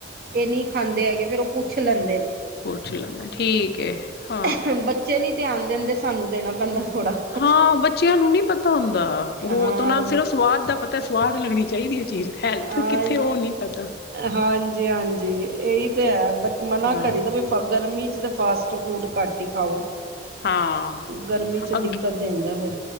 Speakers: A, on the right (about 55°); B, on the left (about 55°).
A: ਇਹ ਨਹੀਂ ਖਾਂਦੇ ਹੈਗੇ ਫਿਰ ਉਹ ਪੁੱਛ ਲੈਂਦੇ ਨੇ
B: ਪੁੱਛ ਲੈਂਦਾ ਠੀਕ ਹੈ ਹਾਂ।
A: ਨੇ ਬੱਚੇ ਨਹੀਂ ਧਿਆਨ ਦੇਂਦੇ ਸਾਨੂੰ ਦੇਣਾ ਪੈਂਦਾ ਥੋੜਾ
B: ਹਾਂ ਬੱਚਿਆਂ ਨੂੰ ਨਹੀਂ ਪਤਾ ਹੁੰਦਾ
A: ਹਾਂ
B: ਉਹ ਤਾਂ ਨਾਂ ਸਿਰਫ਼ ਸਵਾਦ ਦਾ ਪਤਾ ਸਵਾਦ ਲੱਗਣੀ ਚਾਹੀਦੀ ਹੈ ਚੀਜ਼ ਹੈਲਥ
A: ਹਾਂ
B: ਕਿੱਥੇ ਉਹ ਨਹੀਂ ਪੈਦਾ।
A: ਹਾਂਜੀ ਹਾਂਜੀ ਇਹੀ ਤੇ ਹੈ ਬਟ ਮਨਾ
B: ਹਾਂ
A: ਕਰੀ ਦਾ ਵੀ ਗਰਮੀ ਚ ਤਾਂ ਫਾਸਟ ਫੂਡ ਘੱਟ ਹੀ ਖਾਓ
B: ਹਾਂ
A: ਗਰਮੀ ਚ
B: ਅੱਗੇ
A: ਦਿੱਕਤ ਦਿਦਾਂ ਫਿਰ